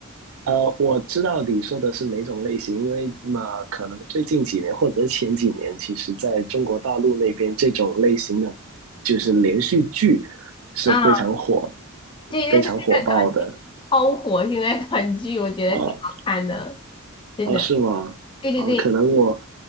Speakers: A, on the right; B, on the left.
A: 呃，我知道你说的是哪种类型，因为嘛，可能最近几年或者是前几年，其实在中国大陆那边，这种类型的就是连续剧是非常火、
B: 啊 <laughs>，对，
A: 非常火爆的。
B: 但是现在短剧超火，现在短剧我觉得挺好看的，
A: 呃
B: 真的。
A: 哦，是吗？
B: 对对对，
A: 啊，可能我